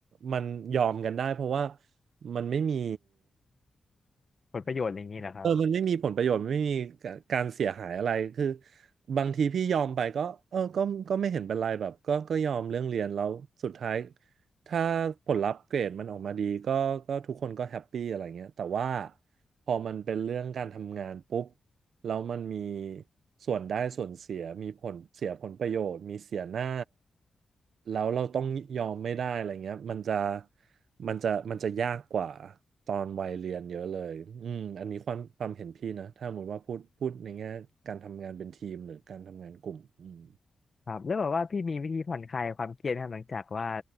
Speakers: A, on the right (about 80°); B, on the left (about 35°).
A: มันยอมกันได้เพราะว่ามันไม่มี
B: ผลประโยชน์อะไรอย่างนี้เหรอครับ
A: เออมันไม่มีผลประโยชน์ไม่มีการเสียหายอะไร คือบางทีพี่ยอมไปก็เออก็ก็ไม่เห็นเป็นไรแบบก็ก็ยอมเรื่องเรียนแล้วสุดท้ายถ้าผลลัพธ์เกรดมันออกมาดีก็ก็ทุกคนก็แฮปปี้อะไรเงี้ยแต่ว่าพอมันเป็นเรื่องการทำงานปุ๊บ แล้วมันมีส่วนได้ส่วนเสียมีผลเสียผลประโยชน์มีเสียหน้าแล้วเราต้องยอมไม่ได้อะไรเงี้ยมันจะมันจะมันจะยากกว่าตอนวัยเรียนเยอะเลยอืมอันนี้ความความเห็นพี่นะถ้าสมมติว่าพูดพูดในแง่การทำงานเป็นทีมหรือการทำงานกลุ่มอืม
B: ครับแล้วแบบว่าพี่มีวิธีผ่อนคลายความเครียดนะครับหลังจากว่า